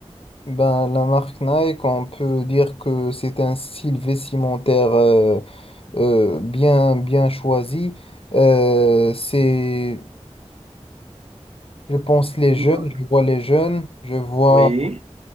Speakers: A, on the left; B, on the right.
A: Ben, la marque Nike, on peut dire que c'est un style vestimentaire euh, euh, bien, bien choisi. Euh, c'est, je pense, les jeunes,
B: Une marque.
A: je vois les jeunes, je vois
B: Oui.